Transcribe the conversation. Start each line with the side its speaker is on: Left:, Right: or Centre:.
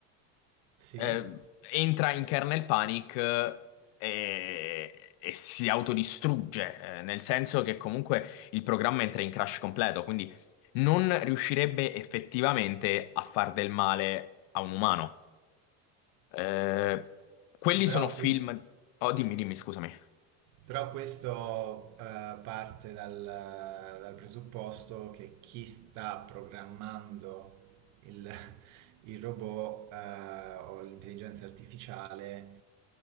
Right: sì.
Left: eh, entra in kernel panic eh, e, e si autodistrugge, eh, nel senso che comunque il programma entra in crash completo, quindi non riuscirebbe effettivamente a far del male a un umano. Eh, quelli
Right: Però
Left: sono film.
Right: questo.
Left: Oh, dimmi, dimmi, scusami.
Right: Però questo eh, parte dal, dal presupposto che chi sta programmando il, <laughs> il robot eh, o l'intelligenza artificiale